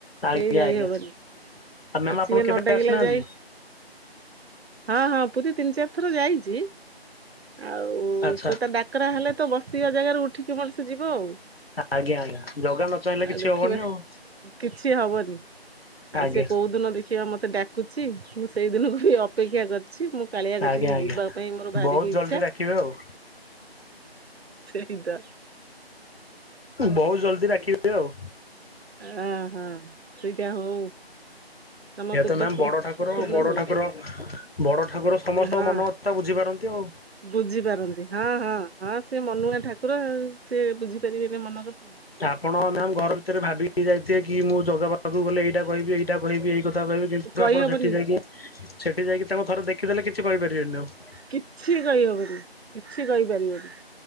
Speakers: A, on the left; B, on the right.
A: ଆଜ୍ଞା
B: କେଇ ଯାଇ
A: ଆଜ୍ଞା।
B: ହବନି,
A: ମ୍ୟାମ
B: ଆଉ
A: ଆପଣ
B: ସିଏ
A: କେବେ
B: ନଡାକିଲା
A: ଆସିନାହାନ୍ତି
B: ଯାଏଁ ହଁ ହଁ, ପୁରୀ ତିନି ଚାରି ଥର ଯାଇଚି, ଆଉ
A: ଆଚ୍ଛା
B: ସେ ତ ଡାକ୍ ଡାକରା ହେଲେ ତ, ବସିିବା ଜାଗାରୁ ଉଠିକି ମଣିଷ ଯିବ ଆଉ
A: ଆଜ୍ଞା ଆଜ୍ଞା, ଜଗା ନ ଚାହିଁଲେ
B: ଆଉ
A: କିଛି
B: ଦେଖିବା
A: ହବନି ଆଉ।
B: କିଛି ହବନି, ଆଉ
A: ଆଜ୍ଞା।
B: ସେ କୋଉ ଦିନ ଦେଖିବା ମତେ ଡାକୁଚି, ମୁଁ ସେଇ ଦିନକୁ ଅପେକ୍ଷା କରିଚି, ମୁଁ କାଳିଆ କତିକି
A: ଆଜ୍ଞା ଆଜ୍ଞା
B: ଯିବା ପାଇଁ ମୋର ଭାରିବି
A: ବହୁତ ଜଲଦି
B: ଇଛା ‌।
A: ଡାକିବେ ଆଉ
B: ସେଇଦ
A: ବହୁତ ଜଲଦି ରାଖି <unintelligible> ଆଉ
B: ଅ ହଁ, ସେଇଟା ହଉ ତମ
A: ଇଏତ
B: ତୁଣ୍ଡ
A: ମ୍ୟାମ୍
B: ସୁ
A: ବଡ ଠାକୁର,
B: ତୁଣ୍ଡ
A: ଆଉ ବଡ
B: ହଉ
A: ଠାକୁର ବଡ ଠାକୁର ସମସ୍ତଙ୍କ
B: ହଁ
A: ମନ କଥା ବୁଝିପାରନ୍ତି ଆଉ।
B: ବୁଝିପାରନ୍ତି, ହଁ ହଁ ହଁ ସେ ମନୁଆ ଠାକୁର ଆଉ, ସେ ବୁଝିପାରିବେନି ମନ କଥା?
A: ଆପଣ ମ୍ୟାମ ଘର ଭିତରେ ଭାବି ଯାଇଥିବେ କି ମୁଁ ଜଗା ପାଖକୁ ଗଲେ, ଏଇଟା କହିବି, ଏଇଟା କହିବି, ଏଇ କ <unintelligible>
B: କହିହବନି
A: ଆପଣ ସେଠି ଯାଇକି, ସେଠି ଯାଇକି ତାଙ୍କୁ ଥରେ ଦେଖିଦେଲେ କିଛି କହିପାରିବେନି ଆଉ।
B: କିଛି କହିହବନି, କିଛି କହିପାରିବନି।